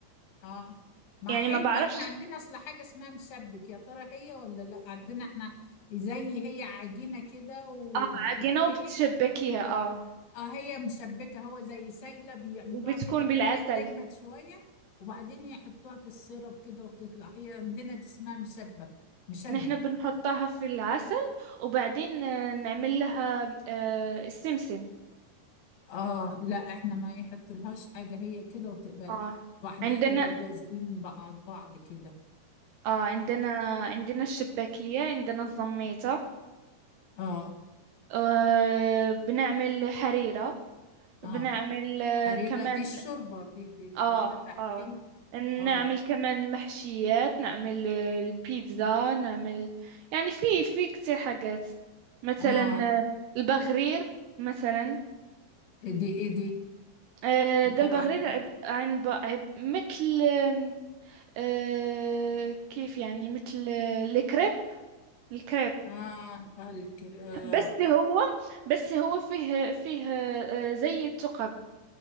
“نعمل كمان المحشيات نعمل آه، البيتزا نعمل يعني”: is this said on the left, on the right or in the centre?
Right